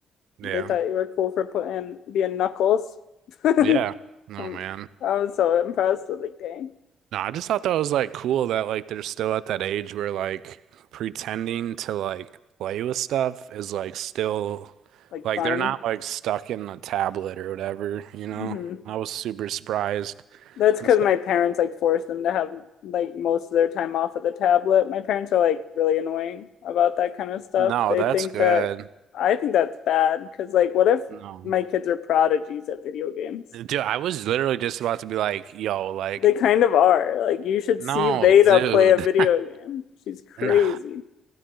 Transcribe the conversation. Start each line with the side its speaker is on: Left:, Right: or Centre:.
Right: Yeah.
Left: They thought you were cool for putting being Knuckles. <laughs>
Right: Yeah. Oh
Left: Um,
Right: man.
Left: I was so impressed. I was like, dang,
Right: No, I just thought that was like cool that like they're still at that age where like pretending to like play with stuff is like still
Left: like
Right: like
Left: fun.
Right: they're not like stuck in a tablet or whatever, you know?
Left: hmm
Right: I was super surprised.
Left: That's
Right: I'm
Left: because
Right: so
Left: my parents like force them to have like most of their time off of the tablet. My parents are like really annoying about that kind of stuff.
Right: No,
Left: They
Right: that's
Left: think
Right: good.
Left: that I think that's bad because like what if
Right: No.
Left: my kids are prodigies at video games?
Right: Dude, I was literally just about to be like, yo, like,
Left: They kind of are. Like you should
Right: no,
Left: see Veda
Right: dude.
Left: play a video
Right: <laughs>
Left: game. She's crazy.
Right: No.